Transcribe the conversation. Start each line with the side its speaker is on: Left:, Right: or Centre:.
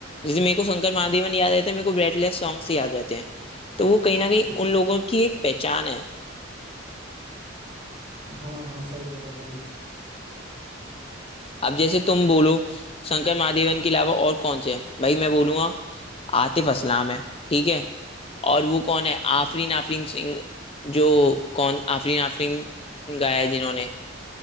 Left: जैसे मेरे को शंकर महादेवन याद रहते हैं मेरे को ब्रेटलेस सॉन्ग से याद रहते हैं तो वो कहीं ना कहीं
Right: बिल-
Left: उन लोगों की एक पहचान है
Right: हाँ हाँ सही कह रहे हो भाई
Left: अब जैसे तुम बोलो शंकर महादेवन के अलावा और कौन से हैं भाई मैं बोलूंगा आतिफ असलाम है ठीक है और वो कौन है आफरीन आफरीन सिंह जो कौन आफरीन आफरीन गाया है जिन्होंने